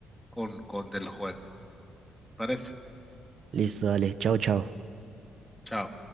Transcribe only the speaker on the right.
Listo, dale. Chao, chao.